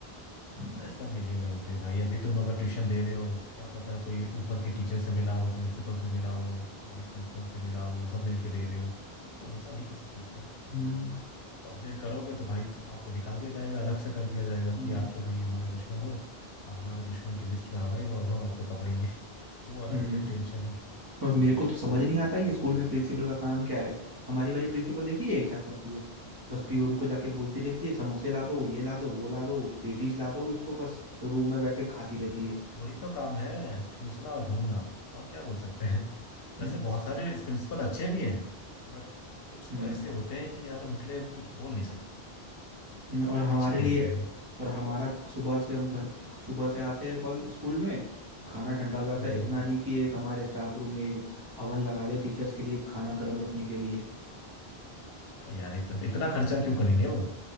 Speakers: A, on the right; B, on the left.
A: हम्म
B: अरे सब मिले हुए होते हैं भाई अभी तुम अगर ट्यूशन ले रहे हो क्या पता कोई ऊपर के टीचर से मिला हो प्रिंसिपल से मिला हो वाइस प्रिंसिपल से मिला हो सब मिलके दे रहे हो कोई भरोसा नहीं किसी चीज का
A: हम्म
B: तो कंप्लेंट करोगे तो भाई तु- आपको निकाल दिया जाएगा अलग से कर दिया जाएगा
A: हम्म
B: कि आप तो भाई हमारे दुश्मन हो आप हमारे दुश्मन की लिस्ट में आ गए हो अब हम आपको पकड़ेंगे <laughs> तो वो अलग
A: हम्म।
B: से एक टेंशन है
A: और मेरे को तो समझ नहीं आता ये स्कूल में प्रिंसिपल का काम क्या है हमारी वाली प्रिंसिपल देखी है क्या करती है बस पियोन को जाके बोलती रहती है समोसे ला दो ये ला दो वो ला दो पेटीज ला दो इसको बस रूम में बैठ के खाती रहती है
B: वही तो काम है ठूसना और घूमना और क्या बोल सकते हैं <laughs>
A: हम्म
B: वैसे बहुत सारे प्रिंसिपल अच्छे भी हैं बट कुछ
A: हम्म
B: तो ऐसे होते हैं कि यार उनके लिए कुछ बोल नहीं सकते
A: हम्म, और हमारे
B: अच्छे नहीं
A: लिए
B: होते वो
A: और हमारा सुबह से हम घर सुबह से आते हैं कॉल स्कूल में खाना ठंडा हो जाता
B: हम्म
A: है इतना नहीं कि एक हमारे स्टाफ रूम में एक अवन लगा दे टीचर्स के लिए खाना गर्म रखने के लिए
B: अरे यार इतना इतना खर्चा क्यों करेंगे वो